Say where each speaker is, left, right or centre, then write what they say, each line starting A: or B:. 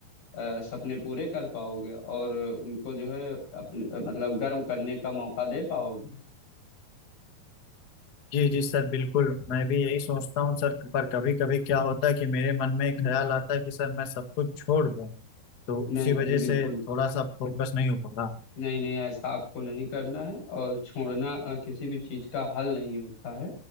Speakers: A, on the left; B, on the left.
A: अ, सपने पूरे कर पाओगे और उनको जो है अपने मतलब गर्व करने का मौका दे पाओगे
B: जी जी सर बिल्कुल मैं भी यही सोचता हूँ सर पर कभी कभी क्या होता है कि मेरे मन में एक ख्याल आता है कि सर मैं सब कुछ छोड़ दूँ तो उसी
A: नहीं
B: वजह
A: नहीं बिल्कुल
B: से थोड़ा सा फोकस नहीं हो पा रहा
A: नहीं नहीं ऐसा आपको नहीं करना है और छोड़ना अ, किसी भी चीज का हल नहीं होता है